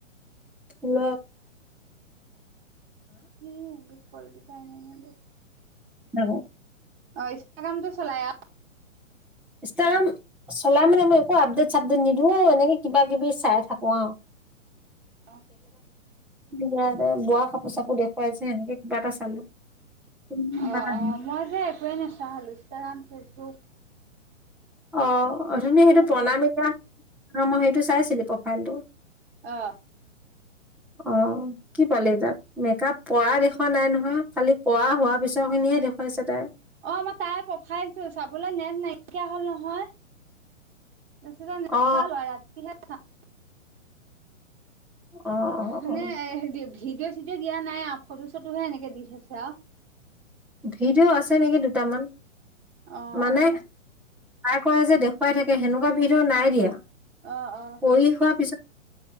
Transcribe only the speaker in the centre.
ফুল
নব
ইনষ্টাগ্রাম চলা মানে মই একো আপডেট চাপডেট নিদো অ এনেকে কিবা কিবি চাই থাকো আও
এইয়া বোৱা কাপোৰ চাপোৰ দেখুৱাই যে সেনেকে কিবা এটা চালো। কিবা
এটা
দিম।
অ অ অঠনি
সেইটো
প্ৰণামিকা
মই সেইটো চাইছিলো প্ৰফাইলটো
অ কি পালি তাত মেকআপ কৰা দেখুুৱা নাই নহয় খালি কৰা হোৱা পিছ খিনিহে দেখুৱাইছে তাই
অ
অ অ
অ',
ভিডিঅ আছে নেকি দুটামান
মানে নাই কৰা যে দেখুৱাই থাকে সেনেকুৱা ভিডিঅ নাই দিয়া
কৰি হোৱা পিছত